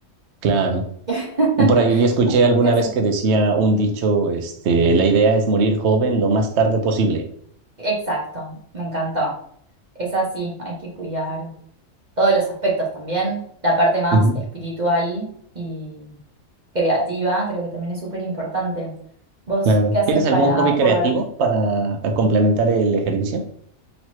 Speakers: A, on the right; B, on the right.
A: Claro.
B: <laughs>
A: Por ahí escuché
B: ¿Vos
A: alguna
B: qué haces?
A: vez que decía un dicho, este, la idea es morir joven lo más tarde posible.
B: Exacto, me encantó. Es así, hay que cuidar. todos los aspectos también, la parte más
A: Ujú,
B: espiritual y creativa, creo que también es súper importante. ¿Vos
A: claro.
B: qué haces
A: ¿Tienes
B: para
A: algún hobby creativo
B: poder...
A: para a complementar el ejercicio?